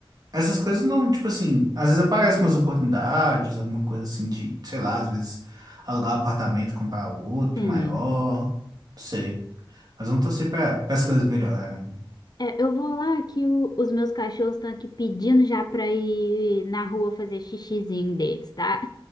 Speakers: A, on the right (about 45°); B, on the left (about 50°).
A: Essas coisas não, tipo assim, às vezes aparecem umas oportunidades, alguma coisa assim de, sei lá, às vezes alugar um apartamento, comprar outro
B: sim.
A: maior, não sei. Mas vamos torcer para as coisas melhorarem.
B: É, eu vou lá que o- os meus cachorros estão aqui pedindo já pra ir na rua fazer xixizinho deles, tá?